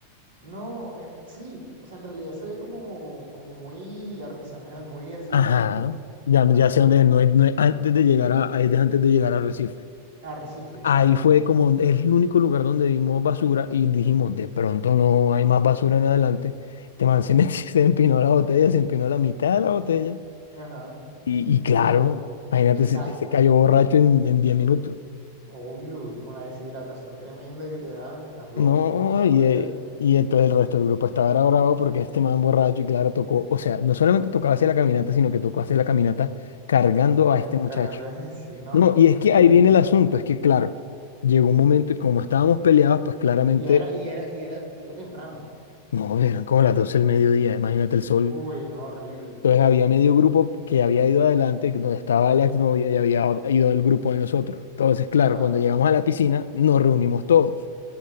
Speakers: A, on the right; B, on the left.
A: No, en- sí, o sea, en realidad se ve como, como muy artesanal, muy así.
B: Ajá, ya,
A: Ajá.
B: ya sé dónde es, no es, no es antes de llegar a, es de- antes de llegar a Recife.
A: Arrecife, exacto.
B: Ahí fue
A: eh.
B: como es el único lugar donde vimos basura y dijimos, de pronto no hay más basura en adelante. Este man se, metió- <laughs> se empinó la botella, se empinó la mitad de la botella.
A: Ajá.
B: Y, y claro,
A: Bueno,
B: imagínate,
A: exacto.
B: se, se cayó borracho en, en 10 minutos.
A: Obvio, y con la deshidratación tremenda que te da, estás loco,
B: No,
A: ¿cómo te vas a
B: y,
A: poner
B: eh,
A: a hacer eso?
B: y entonces el resto del grupo estaba era bravo porque este man borracho y claro tocó, o sea, no solamente tocaba hacer la caminata, sino que tocó hacer la caminata cargando
A: Con
B: a
A: el-
B: este muchacho.
A: cargando ese, <laughs> sí, no,
B: No, y
A: qué
B: es
A: horrible.
B: que ahí viene el asunto, es que claro, llegó un momento y como estábamos peleados, pues claramente
A: Y era, y era, y era, y era temprano.
B: No, eran como las 12 del mediodía, imagínate el sol.
A: Uy, no, horrible.
B: Entonces había medio grupo que había ido adelante, donde estaba la exnovia y había ido el grupo de nosotros. Entonces, claro,
A: Ajá,
B: cuando llegamos a la piscina, nos reunimos todos.